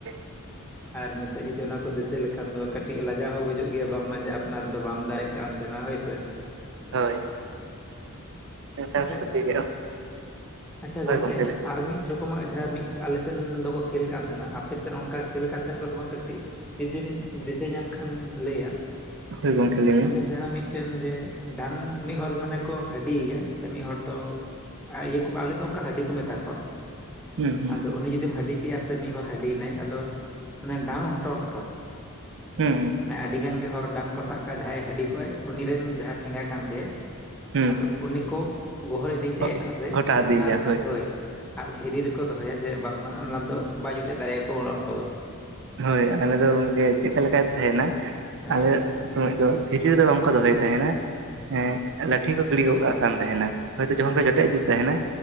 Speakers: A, on the right (about 55°); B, in the centre.
A: <inaudible>
B: ᱟᱨ ᱱᱤᱛᱚᱜ ᱡᱩᱫᱤ ᱚᱱᱟ ᱠᱚ ᱫᱤᱥᱟᱹ ᱞᱮᱠᱷᱟᱱ ᱫᱚ ᱠᱟᱹᱴᱤᱡ ᱞᱟᱡᱟᱣ ᱦᱚᱸ ᱵᱩᱡᱩᱜ ᱜᱮᱭᱟ ᱵᱟᱝᱢᱟ ᱡᱮ ᱟᱯᱱᱟᱨ ᱫᱚ ᱵᱟᱢ ᱫᱟᱲᱮᱜ ᱠᱟᱱ ᱛᱟᱦᱮᱱᱟ ᱦᱳᱭ ᱥᱮ᱾
A: ᱦᱳᱭ᱾ ᱮᱱᱠᱷᱟᱱ
B: ᱟᱪᱪᱷᱟ,
A: ᱥᱟᱹᱛᱤ ᱜᱮ
B: ᱟᱪᱪᱷᱟ
A: ᱦᱳᱭ
B: ᱜᱚᱝᱠᱮ
A: ᱜᱚᱢᱠᱮ
B: ᱟᱨ ᱢᱤᱫ ᱨᱚᱠᱚᱢᱟᱜ ᱡᱟᱦᱟᱸ ᱢᱤᱫ ᱟᱞᱮᱥᱮᱱ ᱫᱚᱠᱚ ᱠᱷᱮᱞ ᱠᱟᱱ ᱛᱟᱦᱮᱱᱟ, ᱟᱯᱮᱥᱮᱫ ᱚᱱᱠᱟ ᱠᱷᱮᱞ ᱠᱟᱱ ᱛᱟᱦᱮᱱ ᱟᱠᱚ ᱥᱮ ᱵᱟᱝ ᱠᱟᱹᱴᱤᱡ ᱡᱩᱫᱤᱢ ᱫᱤᱥᱟᱹ ᱧᱟᱢ ᱠᱷᱟᱱ ᱞᱟᱹᱭᱟ ᱾ <inaudible>
A: ᱦᱳᱭ ᱜᱚᱢᱠᱮ ᱞᱟᱹᱭ
B: ᱚᱱᱮ
A: ᱢᱮ
B: ᱡᱟᱦᱟᱸ ᱢᱤᱫᱴᱮᱱ ᱡᱮ ᱰᱟᱝ ᱢᱤᱫ ᱦᱚᱲ ᱢᱟᱱᱮ ᱠᱚ ᱦᱟᱹᱰᱤᱭᱮᱭᱟ ᱾ ᱥᱮ ᱢᱤᱫ ᱦᱚᱲ ᱫᱚ <inaudible> ᱤᱭᱟᱹ ᱠᱚ ᱟᱞᱮ ᱫᱚ ᱚᱱᱠᱟ ᱦᱟᱹᱰᱤ ᱠᱚ ᱢᱮᱛᱟ ᱠᱚᱣᱟ ᱾
A: ᱦᱩᱸ ᱦᱩᱸ
B: ᱟᱫᱚ ᱩᱱᱤ ᱡᱩᱫᱤᱢ ᱦᱟᱹᱰᱤ ᱮᱭᱟ ᱥᱮ ᱢᱤᱫ ᱦᱚᱲ ᱦᱟᱹᱰᱤᱭᱮᱱᱟᱭ ᱟᱫᱚ <inaudible> ᱚᱱᱮ ᱰᱟᱝ ᱦᱚᱴᱚᱨ-ᱦᱚᱴᱚᱨ
A: ᱦᱮᱸ ᱦᱮᱸ ᱾
B: ᱢᱟᱱᱮ ᱟᱹᱰᱤ ᱜᱟᱱ ᱜᱮ ᱦᱚᱲ ᱰᱟᱝ ᱠᱚ ᱥᱟᱵ ᱠᱟᱜᱟ, ᱡᱟᱦᱟᱸᱭᱮ ᱦᱟᱹᱰᱤ ᱠᱚᱜᱟᱭ ᱩᱱᱤ ᱨᱤᱱ ᱡᱟᱦᱟᱸᱭ ᱴᱷᱮᱸᱜᱟ ᱠᱟᱱ ᱛᱟᱭᱟᱭ
A: ᱦᱩᱸ
B: ᱟᱫᱚ ᱩᱱᱤ ᱠᱚ ᱜᱚᱦᱚᱲ ᱤᱫᱤᱭᱮᱛᱮ
A: ᱦᱩᱸ
B: ᱮᱴᱟᱜ ᱥᱮᱫ
A: ᱦᱚᱴᱟᱜ ᱤᱫᱤᱭᱮᱭᱟ
B: ᱟᱨ ᱦᱳᱭ ᱾ ᱟᱨ ᱫᱷᱤᱨᱤ ᱨᱮᱠᱚ ᱫᱚᱦᱚᱭᱟ ᱡᱮ ᱵᱟᱝᱢᱟ ᱚᱱᱟ ᱫᱚ ᱵᱟᱭ ᱡᱚᱴᱮᱫ ᱫᱟᱲᱮᱭᱟᱠᱚ ᱩᱱ ᱚᱠᱛᱚ ᱫᱚ᱾
A: ᱦᱳᱭ ᱟᱞᱮ ᱫᱚ ᱜᱚᱝᱠᱮ ᱪᱮᱫᱠᱟ ᱞᱮᱠᱟᱭ ᱛᱟᱦᱮᱱᱟ
B: ᱦᱳᱭ
A: ᱟᱞᱮ ᱥᱚᱢᱚᱡ ᱫᱚ ᱫᱷᱤᱨᱤ ᱨᱮᱫᱚ ᱵᱟᱝᱠᱚ ᱫᱚᱦᱚᱭ ᱛᱟᱦᱮᱱᱟ ᱮ ᱞᱟᱹᱴᱷᱤ ᱠᱚ ᱜᱤᱲᱤ ᱠᱚᱜ ᱠᱟᱜ ᱠᱟᱱ ᱛᱟᱦᱮᱱᱟ᱾ ᱦᱚᱭᱛᱚ ᱡᱚᱠᱷᱚᱱ ᱜᱮ ᱡᱚᱴᱮᱫ <unintelligible> ᱛᱟᱦᱮᱱᱟ,